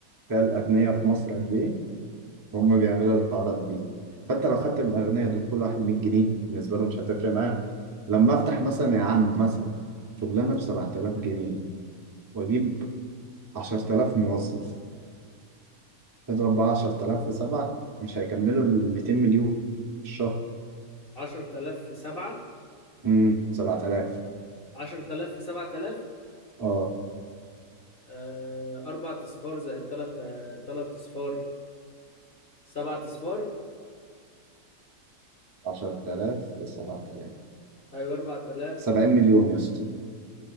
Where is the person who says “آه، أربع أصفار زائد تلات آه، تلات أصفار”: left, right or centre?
Left